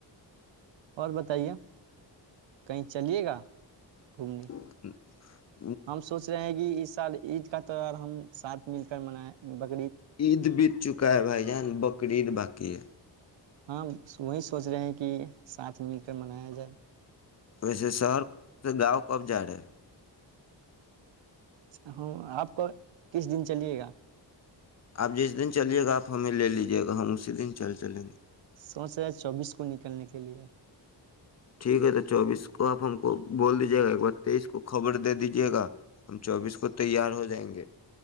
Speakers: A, on the right; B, on the left.
A: اور بتائیے کہیں چلیے گا
B: ہ
A: گھومنے
B: <unintelligible>
A: ہم سوچ رہے ہیں کہ اس سال عید کا ہم ساتھ مل کر منا بیر
B: عید بیت چکا ہے بھائی جان بقر عید باقی ہے
A: ہاں وہی سوچ رہے ہیں کہ ساتھ مل کر منایا جائے
B: ویسے شہر سے گاؤں کب جا رہے
A: اچ ہاں آپ کو کس دن چلیے گا <unintelligible>
B: آپ جس دن چلیے گا آپ ہمیں لے لیجیے گا ہم اسی دن چل چلیں گے
A: سوچ چوبیس کو نکلنے کے کے لیے
B: ٹھیک ہے تو چوبیس کو آپ ہم کو بول دیجیے گا ایک بار تیئیس کو خبر دے دیجے گا ہم چوبیس کو تیار ہو جائیں گے